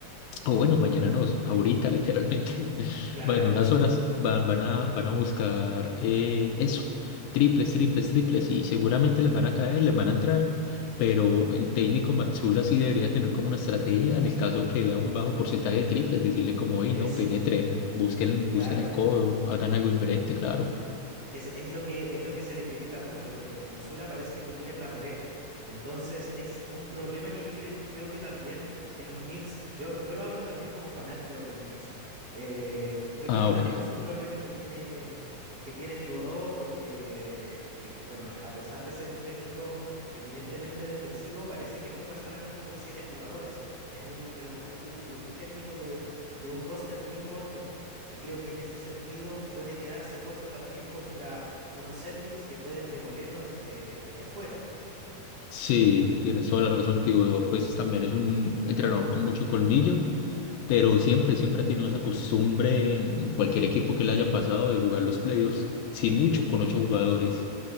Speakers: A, on the left (about 75°); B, on the right (about 45°).
A: o bueno, mañana nos, ahorita literalmente, <laughs>
B: claro.
A: va- en unas horas van, van a, van a buscar eh, eso, triples, triples, triples, y seguramente les van a caer, les van a entrar, pero el técnico Matsula sí debería tener como una estrategia en el caso que vea un bajo porcentaje de triples, decirle como, oye,
B: Eso,
A: no, penetren, busquen,
B: claro.
A: busquen el codo, hagan algo diferente, claro.
B: Es, es lo que, es lo que se le critica mucho. eh, Masula parece que no tiene plan B. Entonces es un problema que yo cre- creo que también en los Knicks, yo, yo lo hablo también como fanático de los Knicks, eh, yo
A: Ah,
B: creo que también
A: ok.
B: es un problema que tiene, que tiene Thibodeau porque, que, bueno, a pesar de ser un técnico eminentemente defensivo, parece que juega solamente con siete jugadores. Es un, es un ju- un técnico de, de un roster muy corto y creo que en ese sentido puede quedarse corto también contra unos Celtics que pueden demolerlo desde, desde afuera.
A: Sí, tienes toda la razón, tío. Pues también es un entrenador con mucho colmillo pero siempre, siempre ha tenido esa costumbre en, en cualquier equipo que le haya pasado de jugar los playoffs, sí mucho con ocho jugadores.